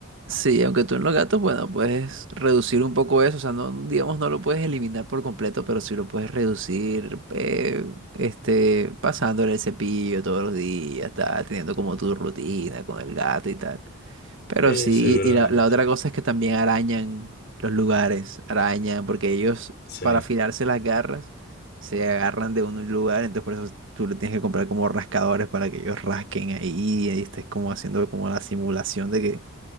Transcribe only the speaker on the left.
Sí,
seguramente.
Sí,